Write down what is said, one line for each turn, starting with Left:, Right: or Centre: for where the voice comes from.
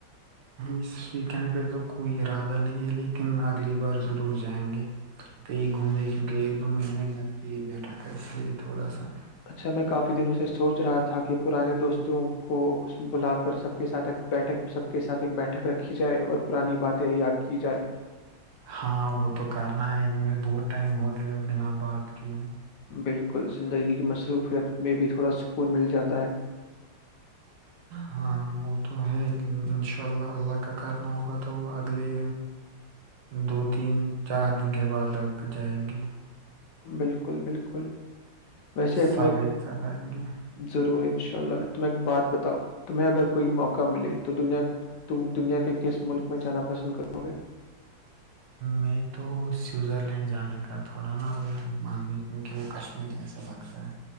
Right: اس ویکینڈ پہ تو کوئی ارادہ نہیں ہے لیکن اگلی بار ضرور جائیں گے کہ یہ گھومنے کیونکہ ایک دو مہینے گھر پہ ہی بیٹھا تھا اس لیے تھوڑا سا
Left: اچھا میں کافی دنوں سے سوچ رہا تھا کہ پرانے دوستوں کو بلا کر سب کے ساتھ بیٹھ سب کے ساتھ ایک بیٹھک رکھی جائے اور پرانی باتیں یاد کی جائے
Right: ہاں وہ تو کرنا ہے ان میں بہت ٹائم ہو گیا بنا بعد کی
Left: بالکل زندگی کی مصروفیت میں بھی تھوڑا سکون مل جاتا ہے
Right: ہاں وہ تو ہے انشاء اللہ اللہ کا کرنا ہوگا تو اگلے دو تین چار دن کے بعد لگ بگ جائیں گے
Left: بالکل بالکل ویسے
Right: سب
Left: تمہیں
Right: ایک ساتھ آئیں گے
Left: ضرور ان شاء انء اللہ تم ایک بات بتاؤ تمہیں اگر کوئی موقع ملے تو دنیا تم دنیا کے کس ملک میں جانا پسند کرو گے
Right: میں تو سوئزر لینڈ جانے کا تھوڑا نا وہ ماننے کیونکہ وہ کشمیر ایسا لگتا ہے